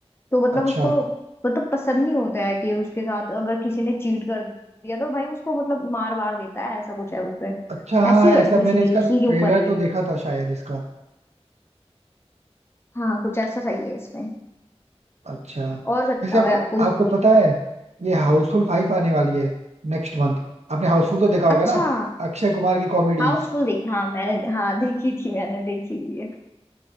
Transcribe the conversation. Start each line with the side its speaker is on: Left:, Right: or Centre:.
Left: तो मतलब
Right: अच्छा
Left: उसको मतलब पसंद नहीं होता है कि उसके साथ अगर किसी ने चीट कर दिया तो भाई उसको मतलब मार वार देता है ऐसा कुछ है उसपे
Right: अच्छा हाँ
Left: ऐसी
Right: ऐसा
Left: है पूरी
Right: मैंने
Left: सीरीज
Right: इसका
Left: उसी के
Right: ट्रेलर
Left: ऊपर है ये
Right: तो देखा था शायद इसका
Left: हाँ कुछ ऐसा सही है इसमें
Right: अच्छा
Left: और बताओ
Right: वैसे आपको
Left: यार कोई
Right: आपको
Left: मूवी
Right: पता है ये हाउसफुल फाइव आने वाली है नेक्स्ट मंथ आपने हाउसफुल तो देखा होगा
Left: अच्छा
Right: ना अक्षय कुमार की कॉमेडीज
Left: हाउसफुल देखी हाँ मैंने हाँ देखी थी मैंने देखी हुई है